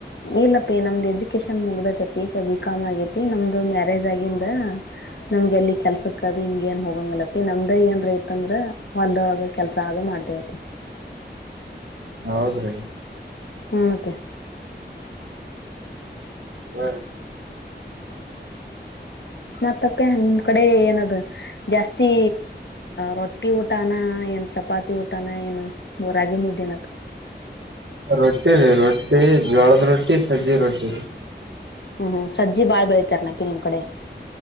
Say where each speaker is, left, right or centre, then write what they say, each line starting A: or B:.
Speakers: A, on the left (about 70°); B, on the right (about 80°).
A: ಇಲ್ಲಪ್ಪಿ ನಮ್ದ್ ಎಜುಕೇಶನ್ ಮುಗ್ದತ ಪಿ ಬಿಿಕಾಮ್ ಆಗೇತಿ ನಮ್ದು ಮ್ಯಾರೇಜ್ ಆಗಿಂದ ನಮ್ಗೆ ಎಲ್ಲಿ ಕೆಲ್ಸಕ್ಕ ಅದು ಹಿಂಗ ಏನ್ ಹೋಗಂಗಲತ್ತತಿ ನಮ್ದ ಏನ್ ರೈತ ಅಂದ್ರ ಹೊಲ್ದೊಳಗ ಕೆಲ್ಸ ಆದ ಮಾಡಾರಿದೆ ಅದು
B: ಹೌದ್ರಿ
A: ಹನಂತೆ
B: ಚಲ
A: ಮತ್ತತ್ತೆ ನಿಮ್ ಕಡೆ ಏನದು ಜಾಸ್ತಿ ರೊಟ್ಟಿ ಊಟಾನ ಏನು ಚಪಾತಿ ಊಟಾನ ಏನು ಮೂ ರಾಗಿ ಮುದಿನದು
B: ರೊಟಿ ರ ರೊಟಿ ಜಳದ ರೊಟಿ ಸಜಿ ರೊಟಿ ರ
A: ಹ್ಮ್ ಹ್ಮ್ ಸಜ್ಜಿ ಬಾಳ್ಬಳಿ ತರರಣ ಇನ್ ಕಡೆ